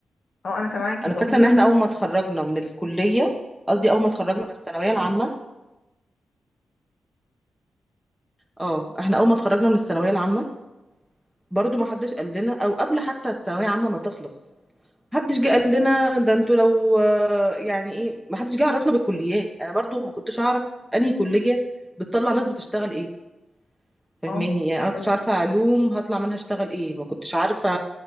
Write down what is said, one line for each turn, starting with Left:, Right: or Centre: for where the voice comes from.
Left: اه انا سامعاكي
Centre: انا
Left: بقول
Centre: فاكرة
Left: لك
Centre: ان احنا اول ما اتخرجنا من الكلية قصدي اول ما اتخرجنا من الثانوية العامة اه احنا اول ما اتخرجنا من الثانوية العامة برضه ما حدش قال لنا او قبل حتى الثانوية العامة ما تخلص محدش جه قال لنا ده انتوا لو آه، يعني ايه محدش جه عرفنا بالكليات انا برضو ما كنتش اعرف انهي كلية بتطلع ناس بتشتغل ايه فهماني
Left: اه
Centre: يعني انا كنتش
Left: أيوة.
Centre: عارفه علوم هطلع منها اشتغل ايه ما كنتش عارفه